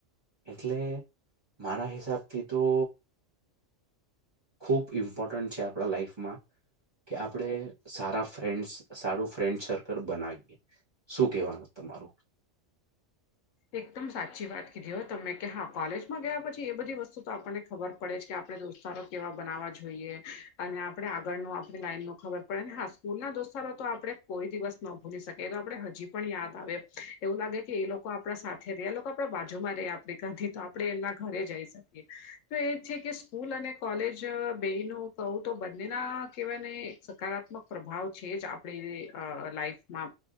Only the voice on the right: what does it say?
એટલે મારા હિસાબથી તો ખૂબ ઇમ્પોર્ટન્ટ છે આપણા લાઈફમાં. કે આપણેે સારા ફ્રેન્ડ સારું ફ્રેન્ડ સર્કલ બનાવીએ. શું કેવાનું તમારું?